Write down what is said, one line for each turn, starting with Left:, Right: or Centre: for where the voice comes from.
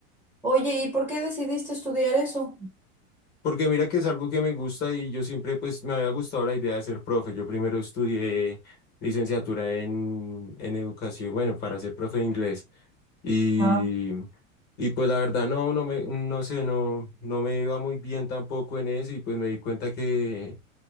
Centre: Oye, ¿y por qué decidiste estudiar eso?
Left: Porque mira que es algo que me gusta y yo siempre pues me había gustado la idea de ser profe. Yo primero estudié licenciatura en, en educación, bueno, para ser profe de inglés. Y,
Centre: Ah,
Left: y pues la verdad no, no me, no sé, no, no me iba muy bien tampoco en eso y pues me di cuenta que